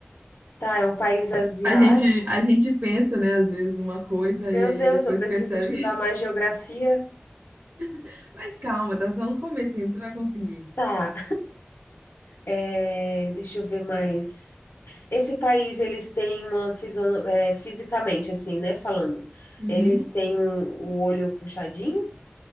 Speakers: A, on the left; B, on the right.
A: Tá, é um país asiático.
B: A gente, a gente pensa, né, às vezes uma coisa
A: Meu
B: e aí
A: Deus,
B: depois
A: eu preciso
B: percebe.
A: estudar mais geografia.
B: <laughs> Mas calma, tá só no começo ainda, você vai conseguir.
A: Tá. É, deixa eu ver mais. Esse país, eles têm uma fisiono- é, fisicamente, assim, né? Falando.
B: Uhum.
A: Eles têm um- o olho puxadinho?